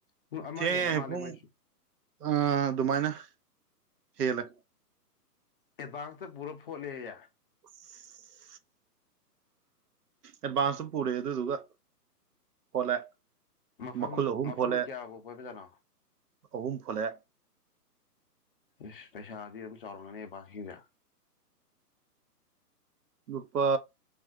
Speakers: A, on the left; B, on the right.
A: ꯄꯨꯡ ꯑꯃ
B: ꯊꯦꯡꯉꯦ
A: ꯍꯦꯜꯂ ꯃꯥꯜꯂꯦ
B: ꯄꯨꯡ
A: ꯃꯣꯏꯁꯨ
B: ꯑ ꯑꯗꯨꯃꯥꯏꯅ ꯍꯦꯜꯂꯦ
A: ꯑꯦꯗꯚꯥꯟꯁꯇ ꯄꯨꯔ ꯐꯣꯠꯂꯦꯌꯦ
B: <unintelligible> ꯑꯦꯗꯚꯥꯟꯁꯇꯨ ꯄꯨꯔꯦ ꯑꯗꯨꯗꯨꯒ ꯍꯣꯜꯂꯦ
A: ꯃꯐꯝ
B: ꯃꯈꯨꯜ ꯑꯍꯨꯝ
A: ꯃꯐꯝ
B: ꯐꯣꯂꯦ
A: ꯀꯌꯥꯕꯨ ꯀꯣꯏꯕꯖꯥꯠꯅꯣ
B: ꯑꯍꯨꯝ ꯐꯣꯂꯦ
A: ꯏꯁ ꯄꯩꯁꯥꯗꯤ ꯑꯝ ꯆꯥꯎꯔꯝꯉꯅꯤ ꯕꯥ ꯍꯤꯅ
B: ꯂꯨꯄꯥ